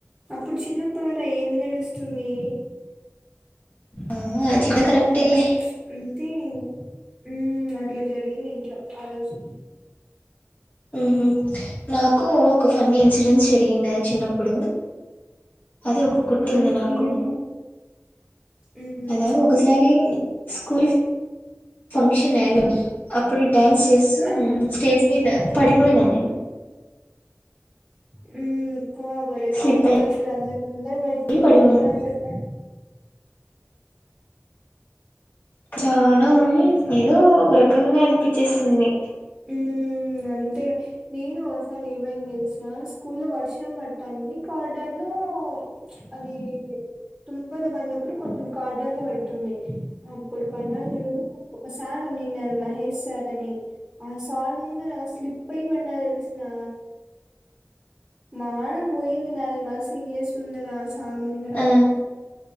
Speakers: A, on the right (about 20°); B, on the left (about 40°).
A: అప్పుడు చిన్నప్పుడు కదా ఏం తెలుస్తుంది
B: ఆ అది
A: ఇంకా
B: కూడా కరెక్టేలే
A: హ్మ్ అయితే హ్మ్ అట్ల జరిగింది ఇంట్లో ఆ రోజు
B: హ్మ్ హు నాకు ఒక ఫన్నీ ఇన్సిడెంట్స్ జరిగిండే చిన్నప్పుడు అది ఒక గుర్తుంది
A: మ్మ్
B: నాకు
A: ఏమో మ్మ్
B: అదా
A: చెప్పు
B: ఒకసారి స్కూల్ ఫంక్షన్ నాన అప్పుడు డ్యాన్స్ చేస్తూ
A: ఆ
B: స్టేజ్ మీద పడి పోయినా నేను
A: హ్మ్ భలే కామెడి
B: స్లిప్
A: అసలు అందరి ముందర పడితే
B: అయి పడిపోయినా
A: ఏమన్నా ఉంటుందా
B: చాలా
A: మ్మ్
B: ఏదో ఒక రకంగా అనిపిచ్చేస్తుంది
A: హ్మ్మ్ అ అంతే నేను ఒకసారి ఏమైంది తెలుసా స్కూల్ లో వర్షం పడతాంది కార్డార్ లో అది తుంపెరా పడినప్పుడు కొంచెం కార్డార్ లో పడుతుంది అప్పుడు పడిన చూడు ఒకసారి కాదు నిన్న మహేష్ సార్ అని ఆ సార్ ముందర అ స్లిప్పై పడిన తెల్సునా మానం పోయింది నాది మా సీనియర్స్ ముందర ఆ సార్ ముందర
B: ఆ